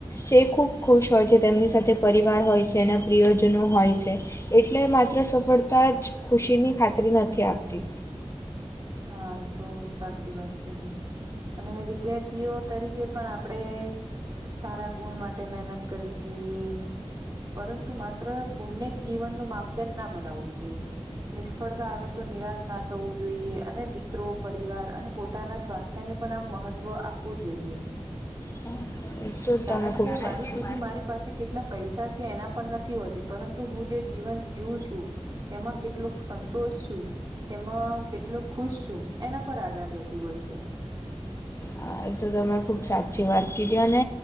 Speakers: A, on the left; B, on the right.
A: જે ખૂબ ખુશ હોય છે તેમની સાથે પરિવાર હોય છે એના પ્રિયજનો હોય છે. એટલે માત્ર સફળતા જ ખુશીની ખાતરી નથી આપતી
B: હા એ તો સાચી વાત કરી અને વિદ્યાર્થીઓ તરીકે પણ આપણેે સારા ગુણ માટે મહેનત કરવી જોઈએ. પરંતુ માત્ર ગુણને જ જીવનનું માપદંડ ના બનાવવું જોઈએ. નિષ્ફળતા આવે તો નિરાશ ના થવું જોઈએ. અને મિત્રો પરિવાર અને પોતાના સ્વાસ્થ્ય ને પણ આમ મહત્વ આપવું જોઈએ.
A: હા એ તો
B: કારણ
A: તમે ખૂબ
B: કે
A: સાચું
B: મારી ખુશી મારી પાસે કેટલા પૈસા છે એના પણ નથી હોતી પરંતુ હું જે જીવન જીવું છું તેમાં કેટલોક સંતોષ છું. તેમાં કેટલો ખુશ છું એના પર આધાર રહેતો હોય છે.
A: હા એ તો તમે ખૂબ સાચી વાત કીધી અને